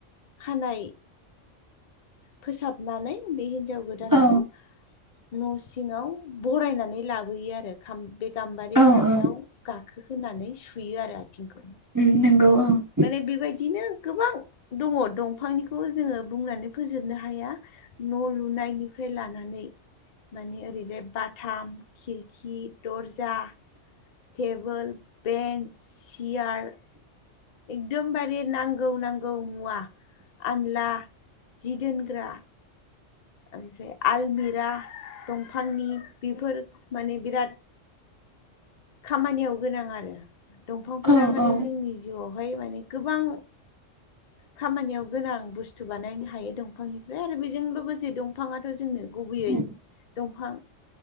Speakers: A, on the left; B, on the right.
A: खानाइ फोसाबनानै बे हिन्जाव गोदानखौ
B: औ
A: न' सिङाव बरायनानै लाबोयो आरो बे गाम्बारि
B: औ
A: खामफ्लायाव
B: औ
A: गा खोनानै होनानै सुयो आरो आथिंखौ
B: नोंगौ औ
A: माने बेबायदिनो गोबां दङ दंफांनिखौ जोङो बुंनानै फोजोबनो हाया न' लुनायनिफ्राय लानानै माने ओरैजाय बाथाम खिरखि दर्जा टेबोल बेन्स चेयार एकदमबारे नांगौ नांगौ मुवा आनला जि दोनग्रा ओमफ्राय आलमिरा दंफांनि बेफोर माने बिराद खामानियाव गोनां आरो दंफांफोरा
B: औ
A: माने
B: औ
A: जोंनि जिउआवहाय माने गोबां खामानियाव गोनां बुस्थु बानायनो हायो दंफांनिफ्राय आरो बेजों लोगोसे दंफाङाथ' जोंनो गुबैयै
B: उम
A: दंफां